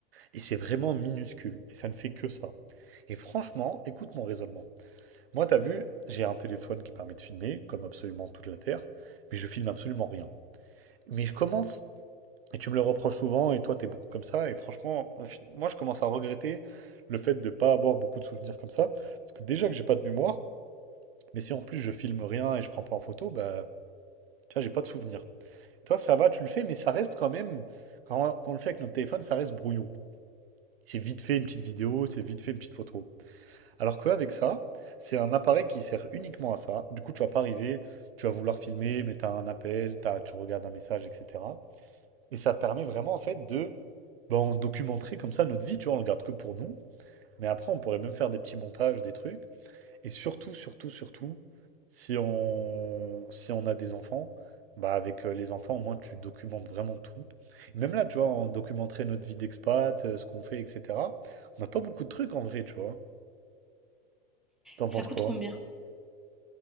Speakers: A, on the right; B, in the centre.
A: et c'est vraiment minuscule, et ça ne fait que ça. Et franchement, écoute mon raisonnement. Moi, t'as vu, j'ai un téléphone qui permet de filmer, comme absolument toute la Terre, mais je filme absolument rien. Mais je commence, et tu me le reproches souvent, et toi, t'es beaucoup comme ça, et franchement, au fi- moi, je commence à regretter le fait de ne pas avoir beaucoup de souvenirs comme ça, parce que déjà que j'ai pas de mémoire, mais si en plus je filme rien et je prends pas en photo, bah, tu vois, j'ai pas de souvenirs. Toi, ça va, tu le fais, mais ça reste quand même, quand, on le fait avec notre téléphone, ça reste brouillon. C'est vite fait une petite vidéo, c'est vite fait une petite photo. Alors qu'avec ça, c'est un appareil qui sert uniquement à ça. Du coup, tu vas pas arriver, tu vas vouloir filmer, mais tu as un appel, t'as- tu regardes un message, etc. Et ça permet vraiment, en fait, de ben, on documenterait comme ça notre vie, tu vois, on le garde que pour nous. Mais après, on pourrait même faire des petits montages, des trucs. Et surtout, surtout, surtout, si on, si on a des enfants, bah avec euh, les enfants, au moins, tu documentes vraiment tout. Même là, tu vois, on documenterait notre vie d'expat, euh, ce qu'on fait, etc. On n'a pas beaucoup de trucs en vrai, tu vois. T'en
B: Ça
A: penses
B: coûte
A: quoi?
B: combien?